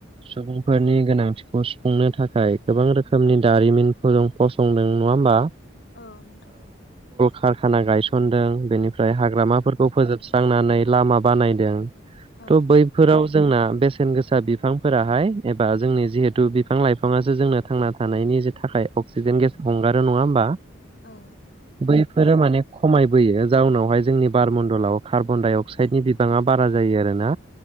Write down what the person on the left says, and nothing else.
औ नोंथां
औ
औ